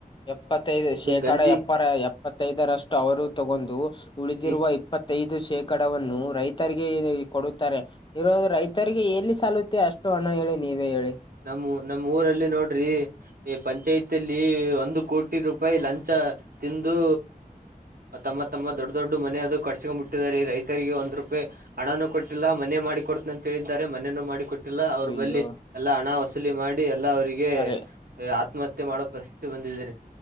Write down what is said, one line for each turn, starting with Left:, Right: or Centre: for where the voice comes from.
Left: <inaudible> ಎಪ್ಪತ್ತೈದು ಶೇಕಡ
Right: ಗಂಜಿ
Left: ಎಪ್ಪರ ಎಪ್ಪತ್ತೈದರಷ್ಟು ಅವರು ತಗೊಂದು ಉಳಿದಿರುವ
Right: ಈ
Left: ಇಪ್ಪತ್ತೈದು ಶೇಕಡವನ್ನು ರೈತರಿಗೆ ಕೊಡುತ್ತಾರೆ ಇರೋದು ರೈತರಿಗೆ ಎಲ್ಲಿ ಸಲ್ಲುತ್ತೆ ಅಷ್ಟು ಹಣ ಹೇಳಿ ನೀವೇ ಹೇಳಿ
Right: ನಮ್ಮ ನಮ್ಮ್ ಊರಲ್ಲಿ ನೋಡ್ರಿ ಎ ಪಂಚಾಯಿತ ಅಲ್ಲಿ ಒಂದು ಕೋಟಿ ರೂಪಾಯಿ ಲಂಚ ತಿಂದು ತಮ್ಮ ತಮ್ಮ ದೊಡ್ಡ ದೊಡ್ಡಮನೆ ಅದು ಕಟ್ಟಸಕೊಂಡ ಬಿಟ್ಟಿದಿದ್ದಾರೆ ರೈತರಿಗೆ ಒಂದ್ ರೂಪಾಯಿ ಹಣನೂ ಕೊಟ್ಟಿಲ್ಲ ಮನೆೇ ಮಾಡಿ ಕೊಡ್ತನ ಅಂತ ಹೇಳಿದ್ದಾರೆ ಮನೇನೂ ಮಾಡಿ ಕೊಟ್ಟ ಯಲ್ಲಾ ಅವ್ರ
Left: ಅಯ್ಯೋ
Right: ಬಲ್ಲಿ ಎಲ್ಲಾ ಹಣ ವಸೂಲಿ ಮಾಡಿ ಎಲ್ಲಾ ಅವರಿಗೆ
Left: ಕರೆ
Right: ಗೆ ಆತ್ಮಹತ್ಯೆ ಮಾಡೋ ಪರಿಸ್ಥಿತಿ ಬಂದಿದ್ದಾರೆ